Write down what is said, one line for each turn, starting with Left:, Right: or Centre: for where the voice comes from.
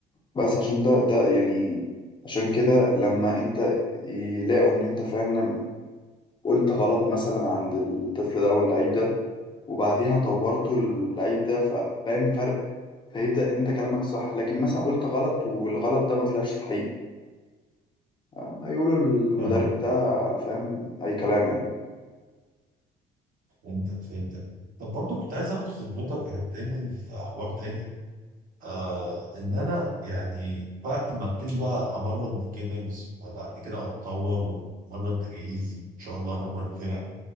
Left: بس عشان ده ده يعني عشان كده لما انت يلاقوا ان انت فعلا قلت غلط مثلا عند الطفل ده واللعيب ده وبعديها طورته اللعيب ده فبان فرق فيبدأ انت كلامك صح لكن مثلا قلت غلط والغلط ده ما طلعش حقيقي آه، هيقولوا المدرب
Right: فاهمك
Left: ده فاهم اي كلام يعني
Right: فهمتك فهمتك طب برضه كنت عايز اخد خبرتك يا تاني في حوار تاني آه ان انا يعني بعد ما ابتدي بقى امرن جيمز وبعد كده اتطور وامرن تجهيزي ان شاء الله امرن فرق